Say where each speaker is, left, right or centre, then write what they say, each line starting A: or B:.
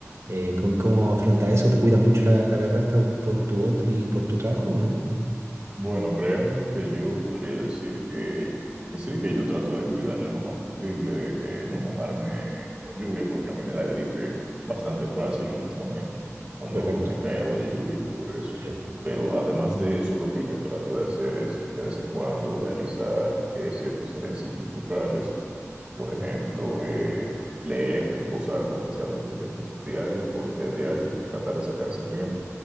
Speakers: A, on the right; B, on the right.
A: eh, ¿cómo, cómo afronta eso? ¿Te cuida mucho la, la garganta por, por tu voz y por tu trabajo o no?
B: Bueno, realmente yo podría decir que, que sí, que yo trato de cuidarla lo más posible, eh, no mojarme en agua de lluvia, porque a mí me da gripe bastante fácil, honestamente, cuando
A: Perfecto.
B: me cae agua de lluvia y todo eso.
A: Sí,
B: Pero además de eso, lo que yo trato de hacer es de vez en cuando realizar eh, ciertos ejercicios vocales, por ejemplo, eh, leer en voz alta, aunque sea 20 minutos diario o interdiario, tratar de sacar ese tiempo.